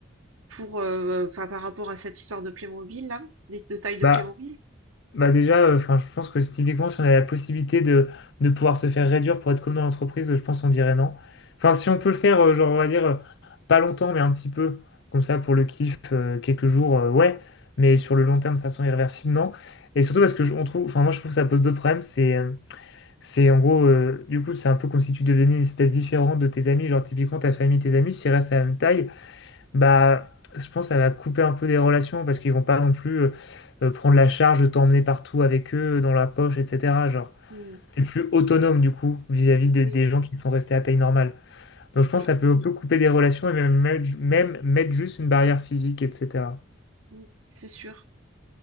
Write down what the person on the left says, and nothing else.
Bah,
bah déjà, euh, enfin, je pense que typiquement, si on a la possibilité de, de pouvoir se faire réduire pour être comme dans l'entreprise, euh, je pense qu'on dirait non. Enfin, si on peut le faire, euh, genre, on va dire, euh, pas longtemps, mais un petit peu, comme ça, pour le kiff, euh, quelques jours, euh, ouais, mais sur le long terme, de façon irréversible, non. Et surtout parce que je- on trouve, enfin, moi, je trouve que ça pose deux problèmes, c'est euh, C'est en gros, euh, du coup, c'est un peu comme si tu devenais une espèce différente de tes amis. Genre, typiquement, ta famille, tes amis, s'ils restent à la même taille, bah, je pense que ça va couper un peu des relations parce qu'ils vont pas non plus euh, euh, prendre la charge de t'emmener partout avec eux, dans la poche, etc. Genre,
t'es plus autonome, du coup, vis-à-vis de-
des gens qui sont restés à taille normale. Donc, je pense
que ça peut un peu couper des relations et même, mettre- même mettre juste une barrière physique, etc.